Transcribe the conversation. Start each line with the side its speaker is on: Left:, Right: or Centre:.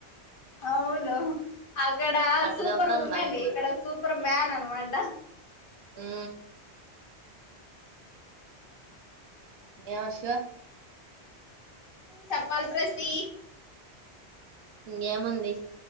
Left: అవును. అక్కడ
Right: అట్ట
Left: సూపర్
Right: చెప్తాన్నాడు
Left: ఉమెన్
Right: అంకుల్
Left: ఇక్కడ సూపర్ మ్యాన్ అన్నమాట.
Right: మ్ ఏం వచ్చినావ్
Left: చప్పాల ప్రస్సి.
Right: ఇంకేముంది